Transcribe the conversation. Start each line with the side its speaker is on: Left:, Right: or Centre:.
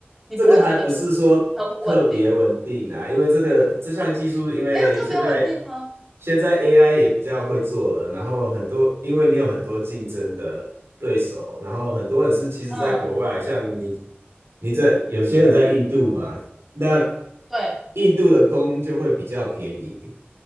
Centre: 你不会觉得就是
Right: 这个还不是说特别稳定啊，
Centre: 很稳定，
Right: 因为这个这项技术，因为现在
Centre: 没有特别稳定吗？
Right: 现在 AI 也比较会做了，然后很多因为你有很多竞争的对手，然后很多人是其实在国外，
Centre: 嗯，
Right: 像你你在有些人在印度嘛，那
Centre: 对，
Right: 印度的工就会比较便宜，